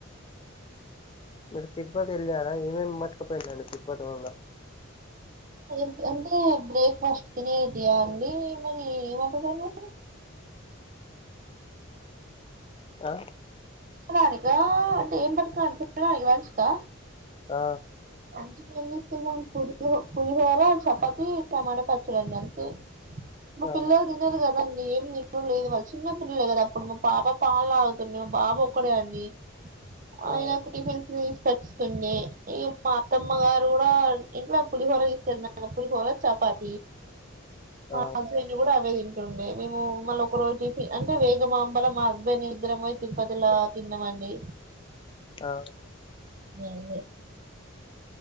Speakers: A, on the left; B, on the right.
A: మీరు తిరుపతి యేలారా, ఏమేమ్ పట్టుకుపోయిడండి. తిరుపతి పోంగా
B: అదేంట్ అంటే బ్రేక్ ఫాస్ట్ తినేటియండి మరి ఏమంటారు దాని
A: ఆ
B: రానికా అంటే ఏం పట్టురావాలి తినడానికి లంచ్ కా
A: ఆ
B: లంచ్ కి ఏం తీసుకెళ్దాం. పులహో పులిహోర చపాతి టమాటా పచ్చడండి అంతే మా
A: ఆ
B: పిల్లలు తినరు గందండి. ఏం తినడం లేదు వాళ్ళు చిన్న పిల్లలే కదా. అప్పుడు మా పాప పాలు తాగుతుంది. మా బాబు ఒక కోడే అండి ఆయనకు
A: ఆ
B: టిఫిన్స్ తీస్ తచుతుంది. ఇగ్ మా అత్తమ్మ గారు కూడా ఇంట్లో పులిహోర తీసుకెళ్లినా పులిహోర చపాతి.
A: ఆ
B: మా హస్బెండ్ కూడా ఆవేయిన్ తృండే మేము మళ్ళా ఒక రోజుకి జూసి అంటే వేగమాంబల మా హస్బెండ్ మీమీద్దరం బోయి తిరుపతి లా తిన్నమండి.
A: ఆ
B: నీనే